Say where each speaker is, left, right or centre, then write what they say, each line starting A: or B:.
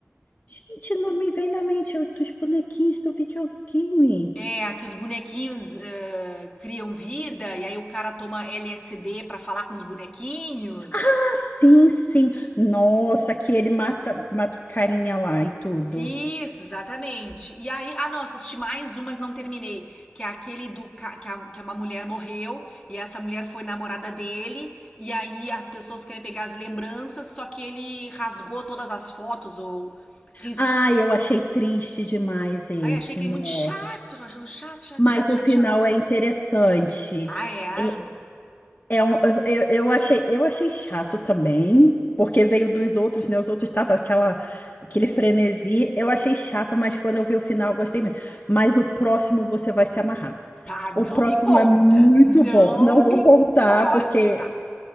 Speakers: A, on the left; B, on the left.
A: Gente, não me vem na mente os dos bonequinhos do videogame.
B: É, que os bonequinhos eh, criam vida, e aí o cara toma LSD pra falar com os bonequinhos.
A: Ah, sim, sim. Nossa, que ele mata, mata o carinha lá e tudo.
B: Isso, exatamente. E aí, ah, nossa, assisti mais um, mas não terminei. Que é aquele do ca- que, a- que uma mulher morreu e essa mulher foi namorada dele. E aí as pessoas querem pegar as lembranças, só que ele rasgou todas as fotos ou riscou.
A: Ai, eu achei triste demais esse,
B: Ai, achei que
A: nossa.
B: ele muito chato, tô achando chato, chato,
A: Mas
B: chato,
A: o
B: chato,
A: final
B: chato.
A: é interessante.
B: Ah, é?
A: É, é um- eu, eu achei, eu achei chato também, porque veio dos outros, né? Os outros estavam aquela, aquele frenesi. Eu achei chato, mas quando eu vi o final, eu gostei muito. Mas o próximo você vai se amarrar.
B: Tá, não
A: O próximo
B: me conta.
A: é muito
B: Não
A: bom. Não vou
B: me
A: contar,
B: conta.
A: porque,